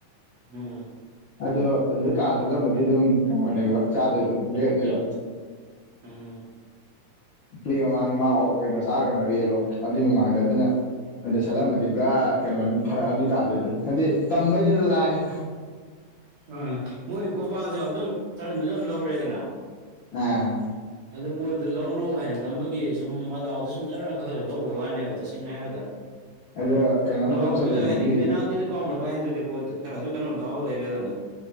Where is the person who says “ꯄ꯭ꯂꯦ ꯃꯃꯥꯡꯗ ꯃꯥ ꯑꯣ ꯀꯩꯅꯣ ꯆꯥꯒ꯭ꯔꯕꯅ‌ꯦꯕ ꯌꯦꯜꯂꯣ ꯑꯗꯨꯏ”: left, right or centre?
Left